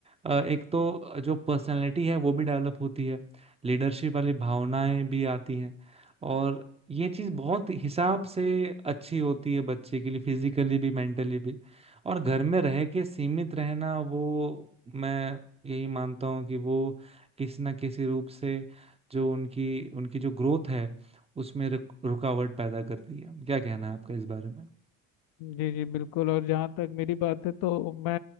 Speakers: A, on the right (about 15°); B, on the left (about 65°).
A: अ, एक तो जो पर्सनालिटी है वो भी डेवलप होती है लीडरशिप वाली भावनाएं भी आती हैं और ये चीज़ बहुत हिसाब से अच्छी होती है बच्चे के लिए फिजिकली भी मेंटली भी और घर में रह के सीमित रहना वो मैं यही मानता हूँ कि वो किसी ना किसी रूप से जो उनकी उनकी जो ग्रोथ है उसमें रुक, रुकावट पैदा करती है क्या कहना है आपका इस बारे में
B: जी जी बिल्कुल और जहाँ तक मेरी बात है तो मैं